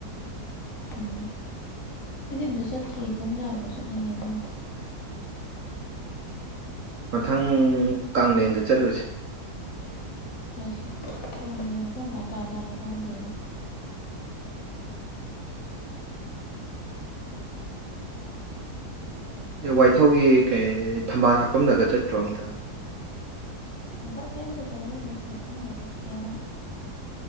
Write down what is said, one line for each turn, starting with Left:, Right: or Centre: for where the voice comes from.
Left: ꯎꯝ ꯑꯩꯗꯤ ꯑꯝꯇ ꯆꯠꯇ꯭ꯔꯤ ꯏꯈꯣ ꯆꯥꯕꯗꯣ ꯆꯠꯅꯤꯡꯉꯦ ꯑꯗꯨꯅ꯫
Right: ꯃꯊꯪ ꯀꯥꯡꯂꯦꯟꯗ ꯆꯠꯂꯨꯁꯤ꯫
Left: ꯆꯠꯁꯦ ꯀꯥꯡꯂꯦꯟꯕꯨ ꯀꯝꯀꯥꯟ ꯇꯥꯖꯥꯠꯅꯣ
Right: ꯎꯝ
Left: ꯈꯪꯗꯦꯅꯦ꯫
Right: ꯋꯥꯏꯊꯧꯒꯤ ꯀꯩ ꯊꯝꯕꯥꯜ ꯁꯥꯐꯝꯗꯒ ꯆꯠꯇ꯭ꯔꯣ ꯑꯝꯇ꯫
Left: ꯁꯟꯇꯛꯇꯤ ꯑꯝꯇ ꯆꯠꯍꯧꯗ꯭ꯔꯦ ꯃꯊꯪꯗ ꯆꯠꯀꯦꯅ꯫